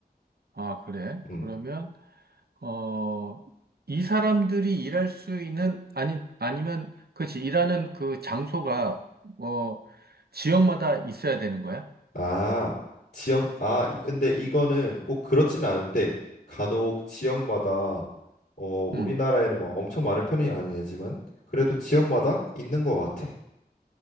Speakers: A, on the right; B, on the left.
A: 아, 그래.
B: 음.
A: 그러면 어, 이 사람들이 일할 수 있는, 아니, 아니면, 그렇지, 일하는 그 장소가, 어, 지역마다 있어야 되는 거야?
B: 아, 지역, 아, 이- 근데 이거는 꼭 그렇진 않은데, 간혹 지역마다, 어, 우리나라에는
A: 응.
B: 막 엄청 많은 편이 아니지만, 그래도 지역마다 있는 것 같아.